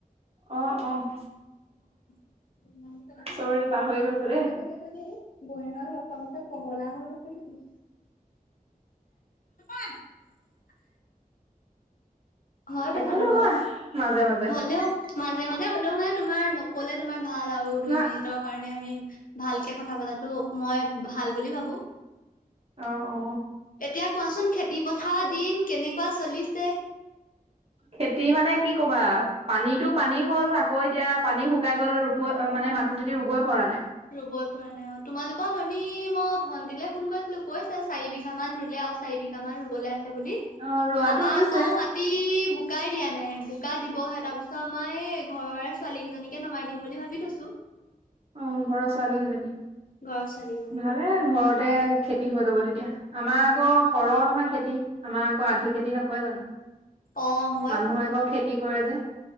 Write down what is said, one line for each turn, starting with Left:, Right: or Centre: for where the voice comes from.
Right: অ', অ',
Left: <inaudible> গৌৰীমাক
Right: চৰি পাহৰি গৈছো দেই
Left: লগ পোৱা পিছত পগলা হৈ গৈছে নেকি? <inaudible> হয় কথাটো
Right: একো নহয়
Left: বাৰু
Right: মাজে মাজে
Left: হলেও মাজে মাজে হ'লেও মানে তোমাৰ নক'লে তোমাৰ ভাল আৰু দুই
Right: না
Left: মিনিটৰ কাৰণে আমি ভালকে কথা পতাতো মই ভাল বুলি ভাবো,
Right: অ অ
Left: এতিয়া কোৱাচোন খেতি পথাৰ দিন কেনেকুৱা চলিছে?
Right: খেতি মানে কি কবা পানীতটো পানী হ'ল আকৌ এতিয়া পানী শুকাই গ'ল ৰুপ মানে মাটি চাতি ৰুবই পৰা নাই।
Left: ৰুবই পৰা নাই অ, তোমালোকত ধনি মই ভন্টিলৈ ফোন কৰিছিলো কৈছে চাৰি বিঘা মান ৰুলে আৰু চাৰি বিঘামান ৰুবলৈ আছে বুলি
Right: অ ৰোৱাটো
Left: আমাৰ
Right: ৰুইছে
Left: আকৌ মাটি বোকাই দিয়া মানে বোকা দিবহে তাৰ পিছত আমাৰ এই ঘৰৰে ছোৱালী কেইজনীকে নমাই দিম বুলি ভাবি থৈছো।
Right: অ', ঘৰৰ ছোৱালী কেইজনী,
Left: ঘৰৰ ছোৱালী কেইজনীকে
Right: ভালে
Left: হয়।
Right: ঘৰতে খেতি হৈ যাব তেতিয়া। আমাৰ আকৌ সৰ নহয় খেতি আমাৰ আকৌ আধি খেতি নকৰে জানো।
Left: অ', হয়
Right: মানুহ
Left: কথাটো
Right: আকৌ
Left: বাৰু।
Right: খেতি কৰে যে